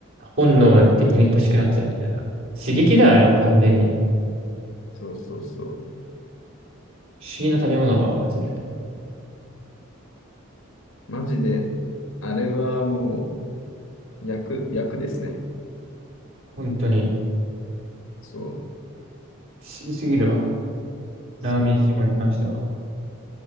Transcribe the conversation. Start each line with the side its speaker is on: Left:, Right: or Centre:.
Right: 本能的に欲しくなっちゃうみたいな。刺激だよね、完全に。
Left: そうそうそう。
Right: 不思議な食べ物は、マジで。
Left: マジで、あれはもう、薬薬ですね。
Right: 本当に、
Left: そう。
Right: 不思議すぎるわ。
Left: そうそう。
Right: ラーメン二郎に関しては。